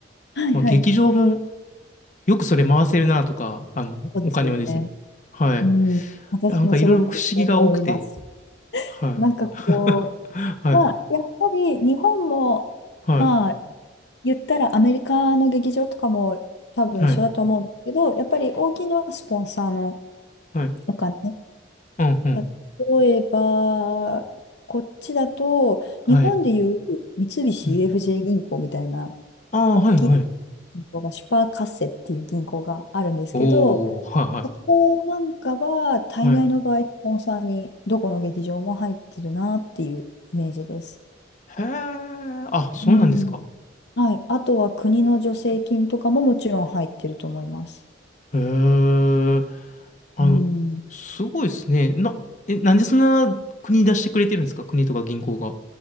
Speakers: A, on the left; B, on the left.
A: はいはい。
B: まあ、劇場もよくそれ回せるなとか、あの、
A: そうですよね。
B: お金をですね。はい。
A: うん。
B: い
A: 私もすごく思います。
B: やなんかいろいろ不思議が多くて、はい。
A: なんかこ
B: <laughs> はい。
A: う、まあ、やっぱり日本も、
B: はい。
A: まあ、言ったらアメリカの劇場とかも多分一緒だと思うんですけど、
B: はい。
A: やっぱり大きなスポンサーの
B: はい。
A: お金。
B: うん、うん。
A: 例えば、こっちだと、
B: はい。
A: 日本でいう三菱
B: うん。
A: UFJ 銀行みたいな
B: ああ、
A: 大きい銀行が、
B: はい、はい。
A: シュパーカッセっていう銀行があるんですけど、
B: おー、は
A: そこなんかは、大概の場合、
B: いはい。はい。
A: スポンサーにどこの劇場も入ってるなっていうイメージです。
B: へえ、あ、そうなんですか。
A: うん。はい。あとは国の助成金とかももちろん入ってると思います。
B: へえ、あの、
A: うん。
B: すごいですね。な、え、なんでそんな国出してくれてるんですか国とか銀行が。